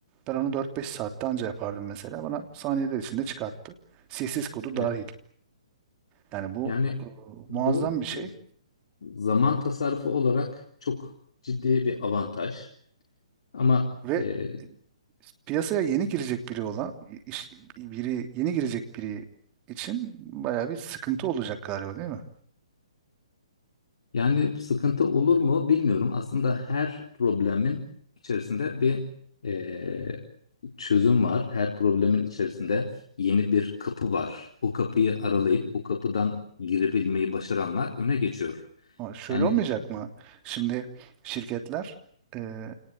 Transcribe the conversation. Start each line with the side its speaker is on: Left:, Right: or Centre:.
Right: Ben onu dört beş saatte anca yapardım mesela. Bana saniyeler içinde çıkarttı. CSS kodu
Left: Evet.
Right: dahil. Yani bu
Left: Yani
Right: e, muazzam
Left: bu
Right: bir şey
Left: zaman tasarrufu olarak çok ciddi bir avantaj. Ama
Right: ve
Left: e,
Right: e, piyasaya yeni girecek biri olan iş- biri yeni girecek biri için bayağı bir sıkıntı olacak galiba değil mi?
Left: yani sıkıntı olur mu bilmiyorum. Aslında her problemin içerisinde bir e, çözüm var. Her problemin içerisinde yeni bir kapı var. O kapıyı aralayıp o kapıdan girebilmeyi başaranlar öne geçiyor.
Right: Ama şöyle
Left: Yani
Right: olmayacak mı? Şimdi şirketler e,